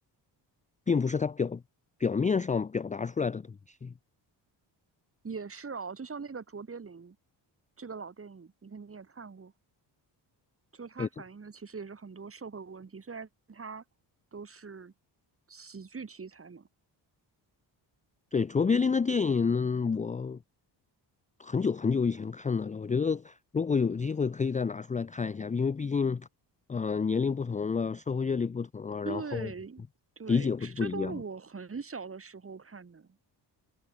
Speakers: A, on the left; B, on the right.
A: 并不是它表表面上表达出来的东西。
B: 也是哦。就像那个卓别林这个老电影，你肯定也看过，就是它反映的其实也是很多社会问题，
A: 对。
B: 虽然都是喜剧题材嘛。
A: 对，卓别林的电影，我很久很久以前看的了。我觉得如果有机会，可以再拿出来看一下，因为毕竟，嗯、呃年龄不同了，社会阅历不同了，
B: 对对，
A: 然后理解会不一样。
B: 这这都是我很小的时候看的。